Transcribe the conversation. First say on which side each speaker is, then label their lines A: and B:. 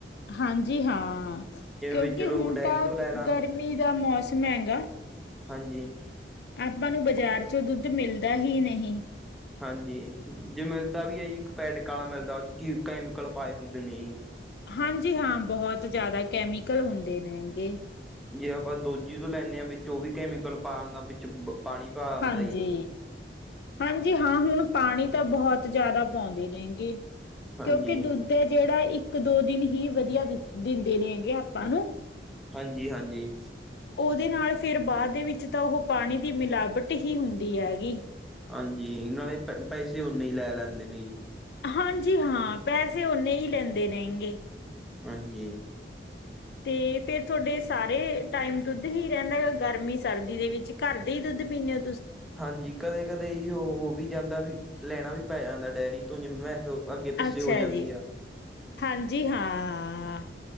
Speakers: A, on the left; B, in the centre.
A: ਹਾਂਜੀ ਹਾਂ ਕਿਉਂਕਿ
B: ਵਿੱਚ ਲੋਕ
A: ਹੁਣ
B: ਡੇਅਰੀ
A: ਤਾਂ
B: ਤੋਂ ਲੈ ਲਾ
A: ਗਰਮੀ ਦਾ ਮੌਸ ਮਹਿੰਗਾ
B: ਹਾਂਜੀ।
A: ਆਪਾਂ ਨੂੰ ਬਾਜ਼ਾਰ ਚੋਂ ਦੁੱਧ ਮਿਲਦਾ ਹੀ ਨਹੀਂ।
B: ਹਾਂਜੀ ਜੇ ਮਿਲਦਾ ਵੀ ਹੈ ਜੀ ਇਕ ਪੇਟਕ ਆਲਾ ਮਿਲਦਾ ਉਹ ਚ ਕੀ ਕੈਮੀਕਲ ਪਾਏ ਹੁੰਦੇ ਨੇ ਜੀ।
A: ਹਾਂਜੀ ਹਾਂ ਬਹੁਤ ਜ਼ਿਆਦਾ ਕੈਮੀਕਲ ਹੁੰਦੇ ਨੇ ਹੈਗੇ।
B: ਜੇ ਆਪਾਂ ਦੋਜੀ ਤੋਂ ਲੈਂਦੇ ਹਾਂ ਵਿੱਚ ਉਹ ਵੀ ਕੈਮੀਕਲ ਪਾ ਆਦਾ ਵਿੱਚ ਪਾਣੀ ਪਾ ਆਂਦਾ
A: ਹਾਂਜੀ
B: ਜੀ।
A: -ਹਾਂਜੀ ਹਾਂ ਹੁਣ ਪਾਣੀ ਤਾਂ ਬਹੁਤ ਜਾਦਾ ਪਾਉਂਦੇ ਨੇਗੇ
B: ਹਾਂਜੀ
A: ਕਿਉਂਕਿ ਦੁੱਧ ਹੈ ਜਿਹੜਾ ਇ ਇੱਕ ਦੋ ਦਿਨ ਹੀ ਵਧੀਆ ਦਿੰਦੇ ਨੇ ਹੈਗੇ ਆਪਾਂ ਨੂੰ।
B: ਹਾਂਜੀ ਹਾਂਜੀ
A: ਉਹਦੇ ਨਾਲ ਫਿਰ ਬਾਅਦ ਦੇ ਵਿੱਚ ਤਾਂ ਉਹ ਪਾਣੀ ਦੀ ਮਿਲਾਵਟ ਹੀ ਹੁੰਦੀ ਹੈਗੀ।
B: ਹਾਂਜੀ ਨਾਲੇ ਪ ਪੈਸੇ ਓਨੇ ਹੀ ਲੈ ਲੈਂਦੇ ਨੇ ਜੀ।
A: ਹਾਂਜੀ ਹਾਂ ਪੈਸੇ ਓਨੇ ਹੀ ਲੈਂਦੇ ਰਹਿਣਗੇ।
B: ਹਾਂਜੀ।
A: ਤੇ ਫੇਰ ਤੁਹਾਡੇ ਸਾਰੇ ਟਾਈਮ ਦੁੱਧ ਹੀ ਰਹਿੰਦਾ ਹੈ ਗਰਮੀ ਸਰਦੀ ਦੇ ਵਿੱਚ ਘਰ ਦੇ ਹੀ ਦੁ ਦੁੱਧ ਪੀਨੇ
B: ਹਾਂਜੀ। ਕਦੇ-ਕਦੇ ਏਹੀਓ ਹੋ ਵੀ ਜਾਂਦਾ ਵੀ ਲੈਣਾ ਵੀ ਪੈ ਜਾਂਦਾ, ਡੈਅਰੀ ਤੋ, ਜਿਵੇਂ, ਮੈਹਸੋ ਅੱਗੇ- ਪਿੱਛੇ
A: ਅੱਛਾ
B: ਹੋ ਜਾਂਦੀ
A: ਜੀ
B: ਆ।
A: ਹਾਂਜੀ, ਹਾ, ਹਾਂ ਆਆ